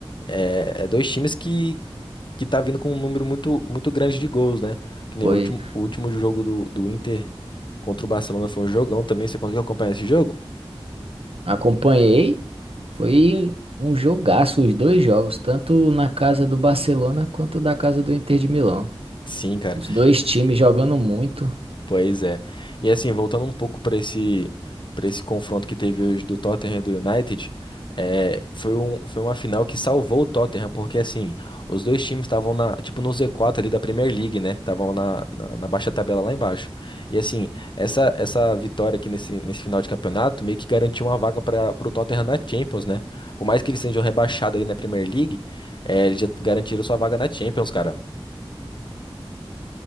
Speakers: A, on the left; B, on the right.
A: é, é dois times que que tá vindo com um número muito, muito grande de gols, né? Que nem
B: Foi,
A: o último, o último jogo do, do Inter contra o Barcelona foi um jogão também. Você conseguiu acompanhar esse jogo?
B: acompanhei, foi um jogaço, os dois jogos, tanto na casa do Barcelona quanto da casa do Inter de Milão.
A: Sim, cara.
B: Os dois times jogando muito.
A: Pois é. E assim, voltando um pouco para esse para esse confronto que teve hoje do Tottenham e do United, é, foi um, foi uma final que salvou o Tottenham, porque assim, os dois times estavam na, tipo no Z4 ali da Premier League, né? Estavam na, na, na baixa tabela lá embaixo. E assim, essa essa vitória aqui nesse, nesse final de campeonato meio que garantiu uma vaga para o Tottenham na Champions, né? Por mais que eles sejam rebaixados ali na Premier League, é, eles já garantiram sua vaga na Champions, cara.